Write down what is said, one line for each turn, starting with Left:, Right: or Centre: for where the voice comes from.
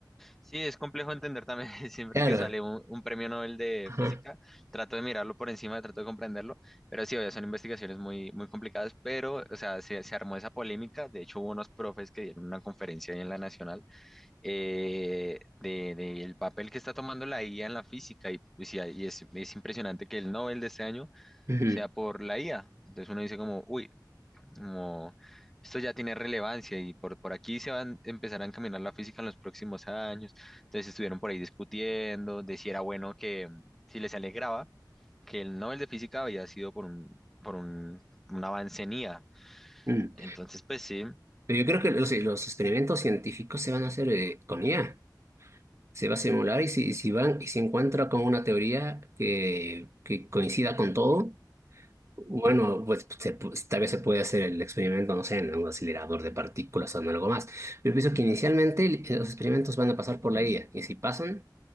Centre: Sí, es complejo entender también, <laughs> siempre
Right: Claro.
Centre: que sale un, un premio Nobel de
Right: Ajá.
Centre: Física, trato de mirarlo por encima, trato de comprenderlo, pero sí, obvio, son investigaciones muy, muy complicadas, pero, o sea, se, se armó esa polémica, de hecho hubo unos profes que dieron una conferencia ahí en la Nacional eh, de, de el papel que está tomando la IA en la física y, pues, y a- y es, es impresionante que el Nobel de este año
Right: Ujú.
Centre: sea por la IA. Entonces uno dice como, uy, como esto ya tiene relevancia y por, por aquí se van a empezar a encaminar la física en los próximos años. Entonces estuvieron por ahí discutiendo de si era bueno que, si les alegraba que el Nobel de física había sido por un, por un, un avance en IA.
Right: Mm.
Centre: Entonces, pues sí.
Right: Pero yo creo que los, los experimentos científicos se van a hacer eh, con IA. Se va a simular y si, y si van y se encuentra con una teoría que, que coincida con todo, Bueno, pues se pu- tal vez se puede hacer el experimento, no sé, en un acelerador de partículas o en algo más. Yo pienso que inicialmente el- los experimentos van a pasar por la IA y si pasan,